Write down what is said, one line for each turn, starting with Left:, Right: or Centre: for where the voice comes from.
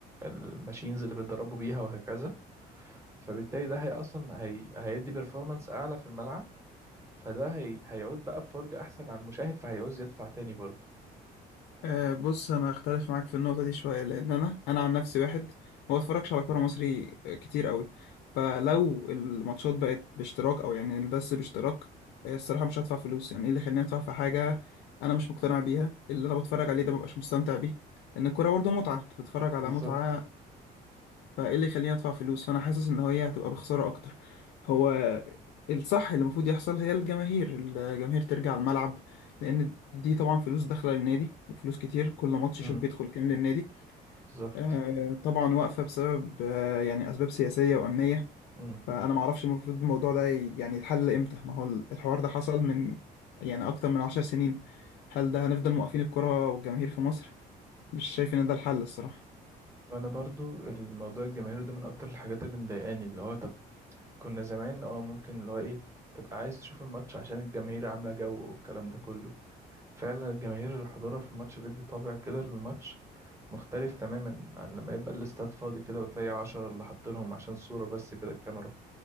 Right: الماشينز اللي بيتدربوا بيها وهكذا فبالتالي ده هي أصلا هي... هيدي بيرفورمانس أعلى في الملعب فده هي... هيعود بقى بفرجة أحسن على المشاهد فهيعوز يدفع تاني برضه
Left: آه، بص انا اختلف معاك في النقطه دي شويه لان انا انا عن نفسي واحد ما بتفرجش على كوره مصري كتير قوي فلو الماتشات بقت باشتراك او يعني البث باشتراك آه، الصراحه مش هدفع فلوس يعني ايه اللي يخليني ادفع في حاجه انا مش مقتنع بيها اللي انا بتفرج عليه ده مبقاش مستمتع بيه لان الكوره برضه متعه انت بتتفرج على
Right: بالظبط
Left: متعه فايه اللي يخليني ادفع فلوس فانا حاسس ان هي هتبقى بخسارة اكتر هو الصح اللي المفروض يحصل هي الجماهير الجماهير ترجع الملعب لان دي طبعا فلوس داخله للنادي وفلوس كتير كل ماتش
Right: مم.
Left: شوف بيدخل كام للنادي
Right: بالظبط
Left: آه، طبعا واقفه بسبب آه، يعني اسباب سياسيه وامنيه
Right: مم.
Left: فانا ما اعرفش المفروض الموضوع ده ي- يعني يتحل امتى ما هو الحوار ده حصل من يعني اكتر من عشر سنين هل ده هنفضل موقفين الكرة والجماهير في مصر مش شايف ان ده الحل الصراحه
Right: وأنا برضو الموضوع الجماهيري ده من أكتر الحاجات اللي مضايقاني اللي هو طب كنا زمان اه ممكن اللي هو إيه تبقى عايز تشوف الماتش عشان الجماهير عاملة جو والكلام ده كله فعلا الجماهير حضورها في الماتش بيدي طابع كده للماتش مختلف تماما عن لما يبقى الاستاد فاضي كده وتلاقي عشرة اللي حاطينهم عشان صورة بس كده الكاميرا